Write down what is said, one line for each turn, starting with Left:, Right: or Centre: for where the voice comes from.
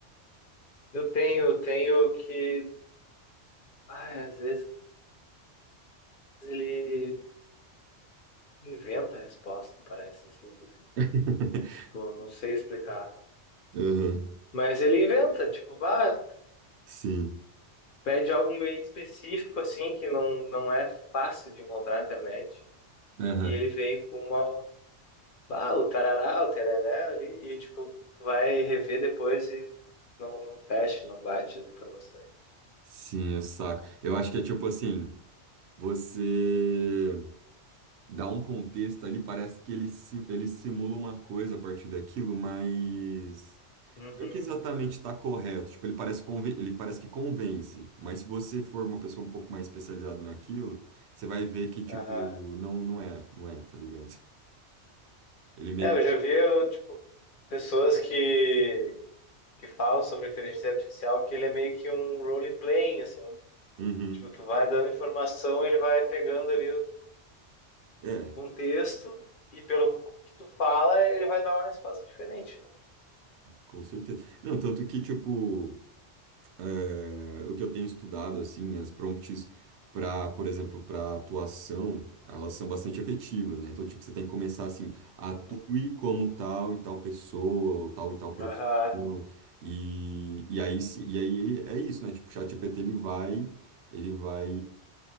Left: Eu tenho, tenho que, ai, às vezes ele inventa a resposta, parece, assim, que, assim,
Right: <laughs>
Left: tipo, eu não sei explicar.
Right: Aham,
Left: Mas ele inventa, tipo, bah,
Right: sim.
Left: Pede algo meio específico, assim, que não, não é fácil de encontrar na internet.
Right: Aham,
Left: E ele vem com uma. Ah, o tarará, o tereré ali. E, tipo, tu vai rever depois e não, não fecha, não bate as informações.
Right: sim, eu saco. Eu acho que é tipo assim, você. dá um contexto ali, parece que ele, si- ele simula uma coisa a partir daquilo, mas
Left: Uhum.
Right: não é que exatamente está correto. Tipo, ele parece, conven- ele parece que convence, mas se você for uma pessoa um pouco mais especializada naquilo, você vai ver que, tipo,
Left: Aham.
Right: não, não é, não é, tá ligado? Ele meio
Left: É, eu
Right: que.
Left: já vi, eu, tipo, pessoas que, que falam sobre inteligência artificial que ele é meio que um role-playing, assim.
Right: Uhum.
Left: Tipo, tu vai dando informação, ele vai pegando ali
Right: É,
Left: contexto e pelo que tu fala, ele vai dar uma resposta diferente, né?
Right: com certeza. Não, tanto que, tipo. é, o que eu tenho estudado, assim, as prompts para, por exemplo, para atuação, elas são bastante efetivas, né? Então, tipo, você tem que começar assim, atue
Left: Uhum.
Right: como tal e tal pessoa, ou tal e tal profissão,
Left: Aham.
Right: e, e aí, sim- e aí é isso, né? Tipo, o ChatGPT, ele vai, ele vai,